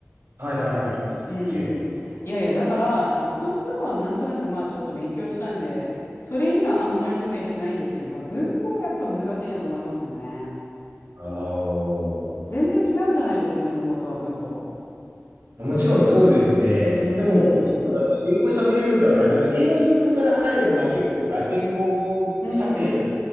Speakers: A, on the right (about 80°); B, on the left (about 80°).
A: はいはいはい。おすっげえ。
B: うん。いやいや、だから、あの発音とかはなんとなく、まあ、ちょっと勉強したんで、それにはあんまり不便しないんですけど、まあ、文法はやっぱ難しいなと思いますね。
A: ああ。
B: 全然違うじゃないですか、日本語と文法。
A: もちろんそうですね。
B: うーん。
A: でも、だって英語喋れるから、
B: うん
A: なんか英語の文法から入ると、まあ結構ラテン語派生な、
B: うん